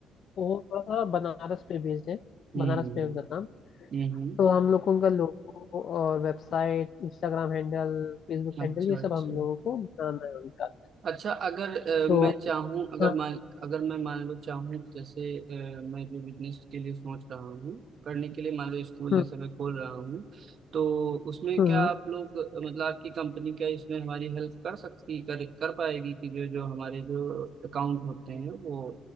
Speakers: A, on the left (about 65°); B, on the right (about 55°).
A: वो थोड़ा सा बनारस पे बेस्ड है
B: हुँ,
A: बनारस पे उनका काम
B: हुँ, हुँ।
A: तो हम लोग को उनका लोगो और website Instagram handle Facebook
B: अच्छा,
A: handle ये सब
B: अच्छा।
A: हम लोगों को बनाना है उनका
B: अच्छा अगर अ,
A: तो
B: मैं चाहूँ अगर
A: हाँ
B: मान अगर मैं मान लो चाहूँ जैसे अ, मैं जो बिज़नेस के लिए सोच रहा हूँ, करने के लिए मान लो स्कूल
A: हम्म
B: जैसे मैं खोल रहा हूँ, तो उसमें
A: हम्म,
B: क्या आप लोग अ, मतलब आपकी कंपनी क्या इसमें हमारी हेल्प कर सकती कर कर पाएगी कि जो जो हमारे जो अकाउंट होते हैं वो